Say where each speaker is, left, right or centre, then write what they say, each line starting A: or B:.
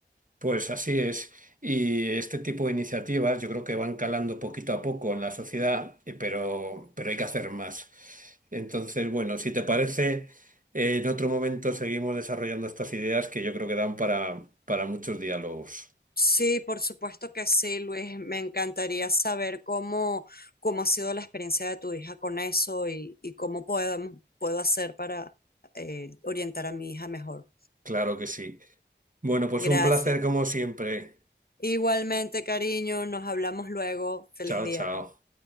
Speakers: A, on the right; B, on the left.
A: Pues así es. Y este tipo de iniciativas yo creo que van calando poquito a poco en la sociedad, eh, pero, pero hay que hacer más. Entonces, bueno, si te parece, eh, en otro momento seguimos desarrollando estas ideas que yo creo que dan para, para muchos diálogos.
B: Sí, por supuesto que sí, Luis. Me encantaría saber cómo, cómo ha sido la experiencia de tu hija con eso y, y cómo podemos, puedo hacer para eh, orientar a mi hija mejor.
A: Claro que sí. Bueno, pues
B: Gracias.
A: un placer como siempre.
B: Igualmente, cariño, nos hablamos luego. Feliz
A: Chao,
B: día.
A: chao.